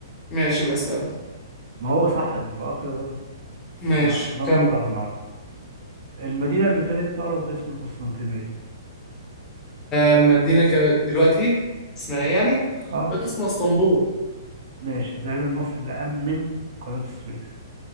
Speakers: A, on the left; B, on the right.
A: ماشي يبقى أسأله
B: ما هو صح النطاق كده برضه
A: ماشي
B: نا- نارمر
A: كم
B: أو نعرمر المدينة اللي كانت تعرف باسم القسطنطينية
A: أما ادينا ك- دلوقتي اسمها إيه يعني؟
B: اه
A: دلوقتي اسمها اسطنبول
B: ماشي الزعيم المصري اللي أمم قناة السويس